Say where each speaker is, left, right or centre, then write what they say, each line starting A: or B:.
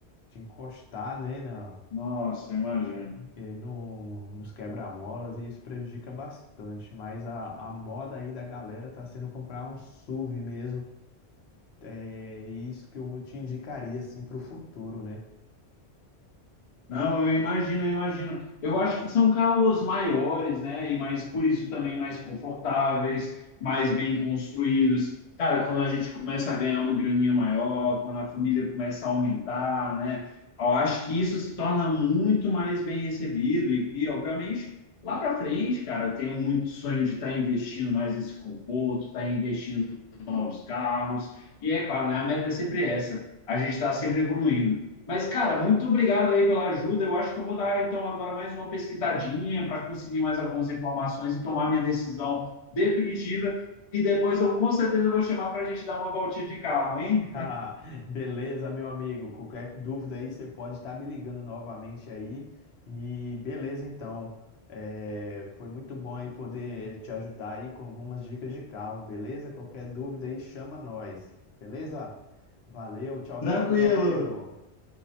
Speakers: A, on the left; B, on the left.
A: de encostar, né, na,
B: Nossa, eu imagino.
A: eh, no, nos quebra-molas, e isso prejudica bastante. Mas a, a moda aí da galera tá sendo comprar um SUV mesmo É é isso que eu te indicaria assim para o futuro, né? <laughs>
B: Não, eu imagino, eu imagino. Eu acho que são carros maiores, né? E mais, por isso também mais confortáveis, mais bem construídos. Cara, quando a gente começa a ganhar uma graninha maior, quando a família começa a aumentar, né? Eu acho que isso se torna muito mais bem recebido. E, e, obviamente, lá para frente, cara, eu tenho muito sonho de estar investindo mais nesse conforto, estar investindo os carros. E é claro, né, a meta é sempre essa. A gente está sempre evoluindo. Mas, cara, muito obrigado aí pela ajuda. Eu acho que eu vou dar, então, agora mais uma pesquisadinha para conseguir mais algumas informações e tomar minha decisão definitiva. E depois eu com certeza vou chamar para a gente dar uma voltinha de carro, hein?
A: Ah, beleza, meu amigo. Qualquer dúvida aí, você pode estar me ligando novamente aí. E beleza, então. É, foi muito bom aí poder te ajudar aí com algumas dicas de carro, beleza? Qualquer dúvida aí, chama nós, beleza? Valeu, tchau,
B: Tranquilo.
A: tchau, meu amigo.